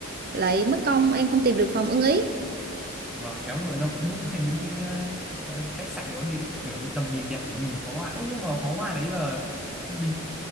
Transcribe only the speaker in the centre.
và khéo người ta cũng book <laughs> những cái, ờ, khách sạn có điện kiểu như tầm nhìn đẹp để nhìn pháo hoa Ơ nhưng mà pháo hoa đấy là mình